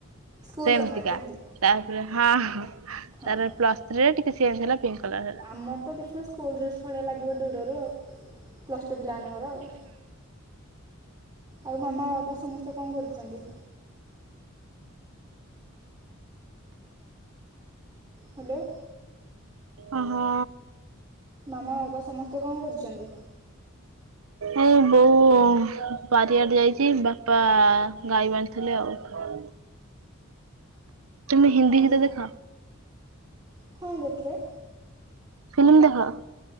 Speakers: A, on the right; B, on the right.
A: ସ୍କୁଲ
B: ସେମିତିକା
A: ସମୟରେ ଯେମିତି
B: ତାପରେ ହଁ ହଁ।
A: ହଁ
B: ତାର ପ୍ଲସଥ୍ରୀରେ ଟିକେ ସିଏ ହେଲା ପି ହେଲା ହେଲା
A: ଆମର ତ ଦେଖିବ ସ୍କୁଲଡ୍ରେସ୍ ଭଳିଆ ଲାଗିବ ଦୂରରୁ ଆଉ ପ୍ଲସଟୁ ପିଲାମାନଙ୍କର ଆଉ। ଆଉ ମାମା ବା ବା ସମସ୍ତେ କଣ କରୁଛନ୍ତି। ହ୍ୟାଲୋ।
B: ଓ ହୋ।
A: ଆମ ବାବା ସମସ୍ତେ ଏବେ କଣ କରୁଛନ୍ତି?
B: ଏ ବୋଉ ବାରିଆଡେ ଯାଇଛି ବାପା ଗାଈ ବାନ୍ଧୁଥିଲେ ଆଉ। ତୁମେ ହିନ୍ଦୀଗୀତ
A: ଆଉ
B: ଦେଖ।
A: ହଁ ଦେଖେ।
B: ଫିଲିମ୍ ଦେଖ।